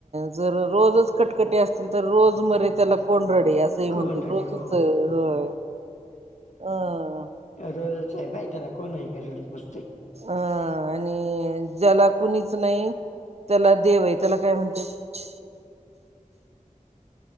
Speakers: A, on the right (about 50°); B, on the left (about 60°).
A: जर रोजच कटकटी असतील तर रोज मरे त्याला कोण रडे अस काही म्हणतात
B: कोण रडे
A: रोजच
B: हो
A: आहे हा अ.
B: रोजच आहे बाई त्याला कोण आहे का रडत बसत.
A: अ आणि ज्याला कुणीच नाही त्याला देव आहे त्याला काय म्हणत्यात?